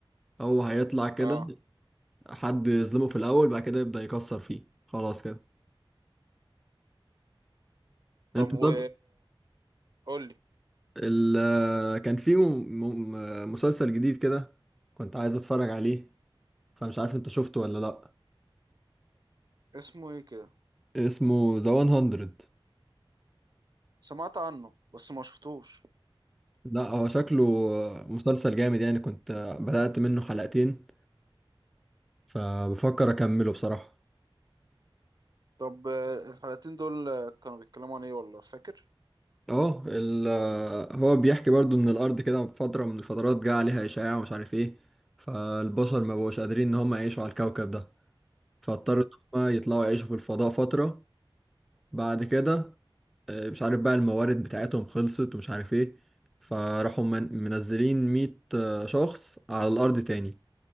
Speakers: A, in the centre; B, on the right.
A: هو هيطلع كده
B: اه
A: حد يظلمه في الاول بعد كده يبدا يكسر فيه خلاص كده انت
B: طب و
A: طب
B: قول لي
A: ال آه، كان في م- م- مسلسل جديد كده كنت عايز اتفرج عليه فمش عارف انت شفته ولا لا
B: اسمه ايه كده
A: اسمه ذا 100
B: سمعت عنه بس ما شفتوش
A: لا هو شكله مسلسل جامد يعني كنت بدأت منه حلقتين فبفكر أكمله بصراحة
B: طب آه، الحلقتين دول آه، كانوا بيتكلموا عن ايه ولا فاكر
A: اه ال- هو بيحكي برضو ان الارض كده في فترة من الفترات جه عليها اشعاع ومش عارف ايه فالبشر ما بقوش قادرين ان هم يعيشوا على الكوكب ده فاضطروا
B: امم
A: ان هم يطلعوا يعيشوا في الفضاء فترة بعد كده آه، مش عارف بقى الموارد بتاعتهم خلصت ومش عارف ايه فراحوا من- منزلين 100 شخص على الارض تاني